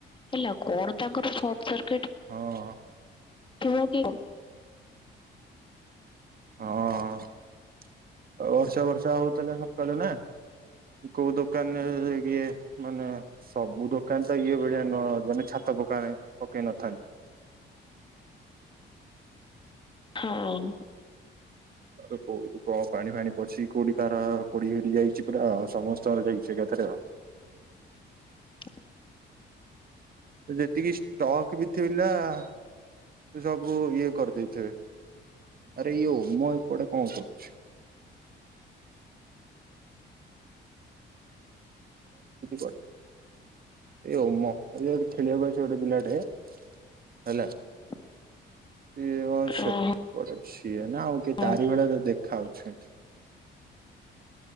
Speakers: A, on the left (about 25°); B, on the right (about 50°).
A: ହେଲା କଣ ତାଙ୍କର ସବ
B: ହଁ-ଅ-ଅ
A: ିବା କି
B: ହଁ ବର୍ଷା ବର୍ଷା ହଉଥିଲା ସକାଳୁ ନା କୋଉ ଦୋକାନ ଏ-ଏ-ଏ ଇଏ ମାନେ ସବୁ ଦୋକାନ ତ ଇଏ ଭଳିଆ ନୁହ ମାନେ ଛାତ ପକା ନାଇ ପକେଇ ନ <unintelligible>
A: ହ <unintelligible>
B: ଆ କୋଉଠି କଣ ପାଣି ଫାଣି ପସିଛି କୋଉଠି କାର ପୋଡି ପଡି ଯାଇଛି ପୁରା ଆ ସମସ୍ତଙ୍କର ଯାଇ <unintelligible>
A: <unintelligible>
B: ଯେତିକି ଷ୍ଟକ୍ ବି ଥିଲା ସବ ସବୁ ଇଏ କରିଦେଇଥିବେ। ଆରେ ୟୋ ମୁଁ ଏପଡେ କଣ କରୁଛି। <unintelligible> ଏ ଉମ ଗୋଟେ ଖେଳିବାକୁ ଅଛି ଗୋଟେ ପିଲାଟେ ହେଲା
A: <unintelligible>
B: <unintelligible>
A: ହଁ
B: ସିଏ ନା ଆଉ କି
A: ହଁ
B: ତାରି ଭଳିଆ ତ ଦେଖାଉଛି। <unintelligible>